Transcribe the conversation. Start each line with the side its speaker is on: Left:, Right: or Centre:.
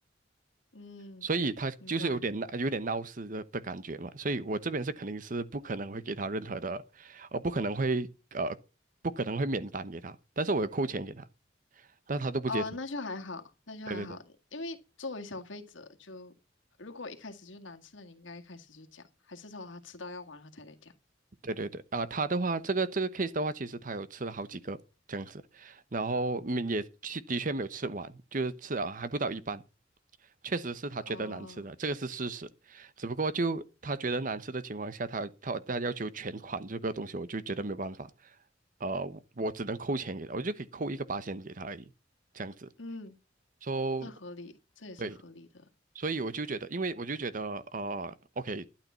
Left: 嗯，
Right: 所以他就是有点闹有点闹事的的感觉嘛。
Left: 明白。
Right: 所以我这边是肯定是不可能会给他任何的，呃不可能会呃不可能会免单给他，但是我有扣钱给他。那他都不接受。
Left: 哦，那就还好，那就还好，
Right: 对对对
Left: 因为作为消费者就，如果一开始就难吃了，你应该一开始就讲，还是说他吃到要完了才来讲？
Right: 对对对啊，他的话，这个这个 case 的话，其实他有吃了好几个这样子，然后嗯也去的确没有吃完，就是吃了还不到一半，确实是他觉得难吃的，
Left: 哦，
Right: 这个是事实。只不过就他觉得难吃的情况下，他他他要求全款这个东西，我就觉得没有办法，呃，我只能扣钱给他，我就可以扣一个八千给他而已，这样子。
Left: 嗯，
Right: 说，
Left: 这合理，这也是合理的，
Right: 对，所以我就觉得，因为我就觉得，呃，OK，